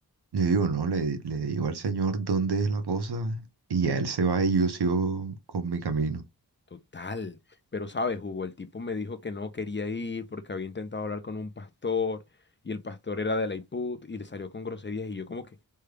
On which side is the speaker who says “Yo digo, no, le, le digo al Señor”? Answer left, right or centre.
Right